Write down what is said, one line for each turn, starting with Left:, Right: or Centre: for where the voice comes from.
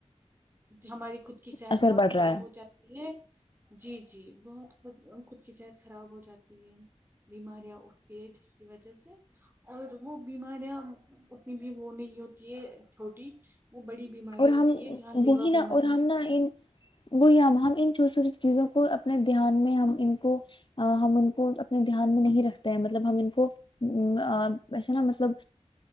Right: ہماری خود کی صحت
Left: اثر
Right: بہت
Left: بڑھ
Right: خراب
Left: رہا ہے
Right: ہو جاتی ہے جی جی بہت خود خود کی صحت خراب ہو جاتی ہے بیماریاں اٹھتی ہے جس کی وجہ سے اور وہ بیماریاں اتنی بھی وہ نہیں ہوتی ہے چھوٹی وہ بڑی بیمارییاں
Left: اور
Right: ہوتی
Left: ہم
Right: ہے جہاں لیوا
Left: وہی
Right: بیماری
Left: نا اور ہم نا ان وہی ہم ہم ان چھوٹی چھوٹی چیزوں کو اپنے دھیان میں ہم ان کو ہم ان کو اپنے دھیان میں نہیں رکھتے ہیں مطلب ہم ان کو اب ویسے نا مطلب